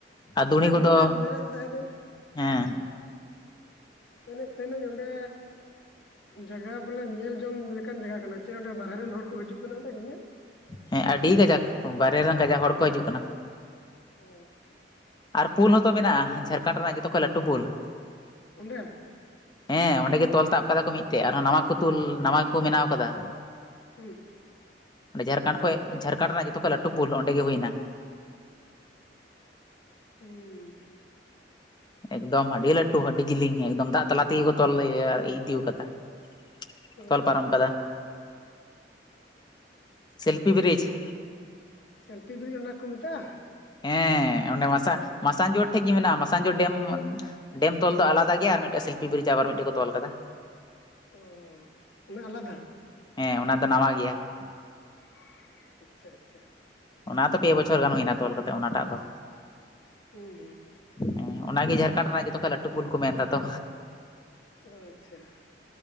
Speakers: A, on the left; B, on the left.
A: ᱟᱨ ᱫᱩᱲᱤ ᱠᱚᱫᱚ
B: ᱜᱚᱝᱠᱮ ᱢᱮᱱᱮᱫ ᱛᱟᱦᱮᱱᱟᱹᱧ
A: ᱦᱮᱸ
B: ᱢᱮᱱ ᱮᱫ ᱛᱟᱦᱮᱱᱟᱹᱧ ᱚᱸᱰᱮ ᱡᱟᱭᱜᱟ ᱵᱚᱞᱮ ᱧᱮᱞ ᱡᱚᱝ ᱾ ᱚᱱᱠᱟᱱ ᱡᱟᱭᱜᱟ ᱠᱟᱱᱟ ᱪᱮ ᱚᱸᱰᱮ ᱵᱟᱨᱦᱨᱮ ᱨᱮᱱ ᱦᱚᱲ ᱠᱚ ᱦᱤᱡᱩᱜ ᱠᱟᱱᱟ ᱚᱰᱸᱮ ᱧᱮᱧᱮᱞ
A: ᱦᱮᱸ ᱟᱹᱰᱤ ᱠᱟᱡᱟᱠ ᱵᱟᱨᱦᱨᱮ ᱨᱮᱱ ᱠᱟᱡᱟᱠ ᱦᱚᱲ ᱠᱚ ᱦᱤᱡᱩᱜ ᱠᱟᱱᱟ ᱾
B: ᱚᱸ ᱾
A: ᱟᱨ ᱯᱩᱞ ᱦᱚᱸᱛᱚ ᱢᱮᱱᱟᱜᱼᱟ ᱡᱷᱟᱲᱠᱷᱚᱸᱰ ᱨᱮᱱᱟᱜ ᱡᱚᱛᱚ ᱠᱷᱚᱡ ᱞᱟᱹᱴᱩ ᱯᱩᱞ ᱾
B: ᱚᱸᱰᱮ ᱾
A: ᱦᱮᱸ ᱚᱸᱰᱮ ᱜᱮ ᱛᱚᱞ ᱛᱟᱵ ᱠᱟᱫᱟ ᱠᱚ ᱢᱤᱫᱴᱮᱡ ᱟᱨᱦᱚᱸ ᱱᱟᱣᱟ ᱠᱚ ᱛᱩᱞ ᱱᱟᱣᱟ ᱜᱮ ᱠᱚ ᱵᱮᱱᱟᱣ ᱠᱟᱫᱟ ᱾
B: ᱦᱩᱸ ᱾
A: ᱡᱷᱟᱲᱠᱷᱚᱸᱰ ᱠᱷᱚᱡ ᱡᱷᱟᱲᱠᱷᱚᱸᱰ ᱨᱮᱱᱟᱜ ᱡᱚᱛᱚ ᱠᱷᱚᱡ ᱞᱟᱹᱴᱩ ᱯᱩᱞ ᱚᱸᱰᱮ ᱜᱮ ᱦᱩᱭᱮᱱᱟ ᱾
B: ᱦᱩᱸ ᱾
A: ᱮᱠᱫᱚᱢ ᱟᱹᱰᱤ ᱞᱟᱹᱴᱩ ᱟᱹᱰᱤ ᱡᱤᱞᱤᱧ ᱮᱠᱫᱚᱢ ᱫᱟᱜ ᱛᱟᱞᱟ ᱛᱮ ᱜᱮ ᱠᱚ ᱛᱚᱞ ᱤᱫᱤ ᱟᱠᱟᱫᱟ ᱾
B: ᱚ
A: ᱛᱚᱞ ᱯᱟᱨᱚᱢ ᱠᱟᱫᱟ ᱥᱤᱞᱯᱤ ᱵᱨᱤᱡᱽ ᱾
B: ᱥᱮᱞᱯᱷᱤ ᱵᱨᱤᱡᱽ ᱚᱱᱟ ᱠᱚ ᱢᱮᱛᱟᱜ-ᱟ
A: ᱦᱮᱸ ᱚᱱᱮ ᱢᱟᱥᱟ ᱢᱟᱥᱟᱝᱡᱳᱲ ᱴᱷᱮᱡ ᱜᱮ ᱢᱮᱱᱟᱜ-ᱟ ᱢᱟᱥᱟᱝᱡᱳᱲ ᱰᱮᱢ ᱰᱮᱢ ᱛᱚᱞ ᱫᱚ ᱟᱞᱟᱫᱟ ᱜᱮᱭᱟ ᱟᱨ ᱢᱤᱫᱴᱮᱱ ᱥᱤᱞᱯᱤ ᱵᱨᱤᱡᱽ ᱟᱵᱟᱨ ᱢᱤᱫᱴᱮᱡ ᱠᱚ ᱛᱚᱞ ᱠᱟᱫᱟ ᱾
B: ᱚᱻ ᱚᱱᱟ ᱟᱞᱟᱫᱟ ᱾
A: ᱦᱮᱸ ᱚᱱᱟ ᱫᱚ ᱱᱟᱣᱟ ᱜᱮᱭᱟ ᱾
B: <inaudible> ᱟᱪᱪᱷᱟ ᱟᱪᱪᱷᱟ ᱾
A: ᱚᱱᱟ ᱫᱚ ᱯᱮ ᱵᱚᱪᱷᱚᱨ ᱜᱟᱱ ᱦᱩᱭᱱᱟ ᱛᱚᱞ ᱠᱟᱛᱮ ᱚᱱᱟ ᱴᱟᱜ ᱫᱚ ᱾
B: ᱦᱮᱸ ᱦᱮᱸ ᱾
A: ᱦᱮᱸ ᱚᱱᱟ ᱜᱮ ᱡᱷᱟᱨᱠᱷᱚᱸᱰ ᱨᱮᱱᱟᱜ ᱡᱚᱛᱚ ᱠᱷᱚᱡ ᱞᱟᱹᱴᱩ ᱯᱩᱞ ᱠᱚ ᱢᱮᱱ ᱫᱟ ᱛᱚ
B: ᱟᱪᱷᱟ ᱾